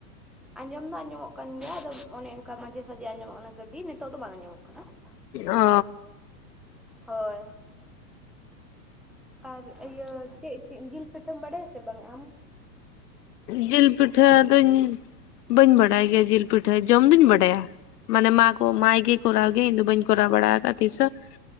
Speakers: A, in the centre; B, on the left (about 70°).
A: ᱟᱸᱡᱚᱢ ᱫᱚ ᱟᱸᱡᱚᱢᱚᱜ ᱠᱟᱱ ᱜᱮᱭᱟ ᱾ ᱟᱫᱚ ᱚᱱᱮ ᱚᱱᱠᱟ ᱢᱟᱡᱷᱮ ᱥᱟᱡᱷᱮ ᱟᱸᱡᱚᱢᱚᱜ ᱠᱟᱱᱟ ᱜᱟᱹᱰᱤ ᱱᱤᱛᱚᱜ ᱫᱚ ᱵᱟᱝ ᱟᱸᱡᱚᱢᱚᱜ ᱠᱟᱱᱟ ᱾
B: ᱚ ᱾
A: ᱦᱳᱭ ᱟᱨ ᱤᱭᱟᱹ ᱪᱮᱫ ᱡᱤᱞ ᱯᱤᱴᱷᱟᱹᱢ ᱵᱟᱲᱟᱭᱟ ᱥᱮ ᱵᱟᱝ ᱟᱢ?
B: ᱡᱤᱞ ᱯᱤᱴᱷᱟᱹ ᱫᱚᱧ ᱵᱟᱹᱧ ᱵᱟᱰᱟᱭ ᱜᱮᱭᱟ ᱡᱤᱞ ᱯᱤᱴᱷᱟᱹ ᱡᱚᱢ ᱫᱩᱧ ᱵᱟᱰᱟᱭᱟ ᱾ ᱢᱟᱱᱮ ᱢᱟ ᱠᱚ ᱢᱟᱭ ᱜᱮ ᱠᱚᱨᱟᱣ ᱜᱮ ᱤᱧᱫᱚ ᱵᱟᱹᱧ ᱠᱚᱨᱟᱣ ᱵᱟᱲᱟ ᱠᱟᱜᱼᱟ ᱛᱤᱥ ᱦᱚᱸ ᱾